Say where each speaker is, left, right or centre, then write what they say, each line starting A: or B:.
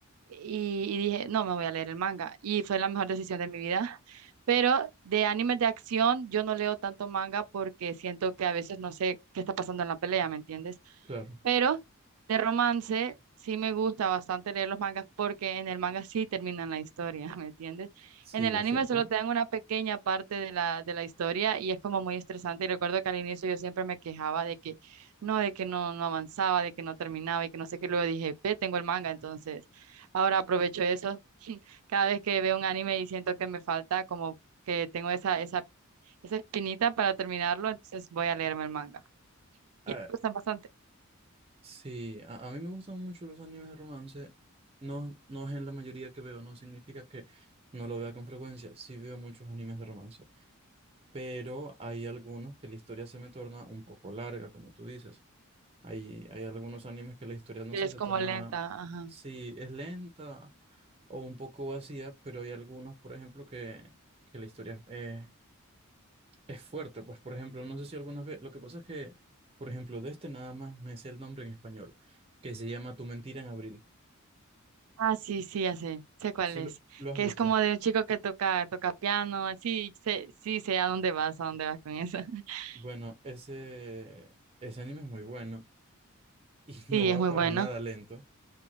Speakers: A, on the right; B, on the right.
A: Y, y dije, no, me voy a leer el manga. Y fue la mejor decisión de mi vida. <laughs> Pero de animes de acción, yo no leo tanto manga porque siento que a veces no sé qué está pasando en la pelea, ¿me entiendes?
B: Claro.
A: Pero de romance sí me gusta bastante leer los mangas porque en el manga sí terminan la historia, <laughs> ¿me entiendes?
B: Sí,
A: En el anime
B: es cierto.
A: solo te dan una pequeña parte de la, de la historia y es como muy estresante. Y recuerdo que al inicio yo siempre me quejaba de que no, de que no, no avanzaba, de que no terminaba y que no sé qué. Luego dije, ve, tengo el manga, entonces ahora aprovecho eso. <laughs> Cada vez que veo un anime y siento que me falta, como que tengo esa, esa, esa espinita para terminarlo, entonces voy a leerme el manga. Y
B: Ah,
A: a ti te gustan bastante,
B: sí, a, a mí me gustan mucho los animes de romance. No, no es en la mayoría que veo, no significa que no lo vea con frecuencia. Sí veo muchos animes de romance, pero hay algunos que la historia se me torna un poco larga, como tú dices. Hay, hay algunos animes que la historia, no
A: que
B: sé,
A: es
B: se
A: como
B: torna,
A: lenta, ajá.
B: sí, es lenta o un poco vacía, pero hay algunos, por ejemplo, que, que la historia eh, es fuerte. Pues, por ejemplo, no sé si algunas veces, lo que pasa es que, por ejemplo, de este nada más me sé el nombre en español, que se llama Tu mentira en abril.
A: Ah, sí, sí, ya sé, sé cuál
B: Si
A: es.
B: lo, lo has
A: Que
B: visto.
A: es como de un chico que toca, toca piano, así, sé, sí, sé a dónde vas, a dónde vas con eso. <laughs>
B: Bueno, ese, ese anime es muy bueno y <laughs>
A: Sí,
B: no
A: es
B: va
A: muy
B: para
A: bueno
B: nada lento.